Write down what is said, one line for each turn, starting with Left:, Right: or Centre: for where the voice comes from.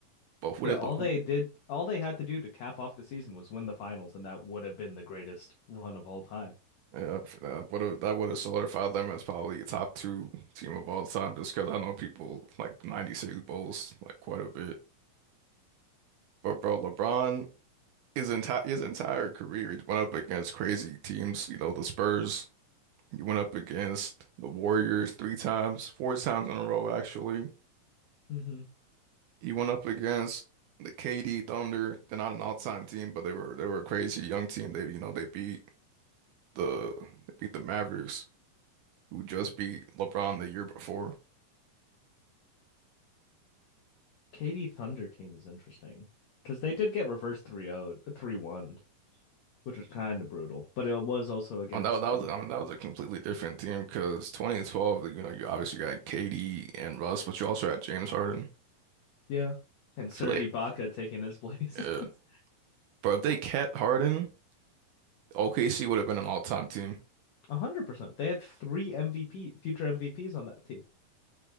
Right: But who
Left: Yeah,
Right: did
Left: all
Right: Le-
Left: they
Right: who
Left: did, all they had to do to cap off the season was win the finals, and that would have been the greatest run of all time.
Right: Yeah, that would have that would have solidified them as probably a top two team of all time, just because I know people like '96 Bulls like quite a bit. But bro, LeBron his entire his entire career he went up against crazy teams. You know, the Spurs. He went up against the Warriors three times, four times in a row actually.
Left: Mm-hmm.
Right: He went up against the KD Thunder. They're not an all-time team, but they were they were a crazy young team. They you know they beat the they beat the Mavericks, who just beat LeBron the year before.
Left: KD Thunder team is interesting because they did get reversed 3-0, 3-1, which was kind of brutal, but it was also against
Right: Oh, that was that
Left: the
Right: was I mean, that was a completely different team because 2012, you know, you obviously got KD and Russ, but you also had James Harden.
Left: yeah, and Serge
Right: I feel like,
Left: Ibaka taking his place.
Right: yeah.
Left: <laughs>
Right: But if they kept Harden, OKC would have been an all-time team.
Left: one hundred percent. They had three MVP future MVPs on that team.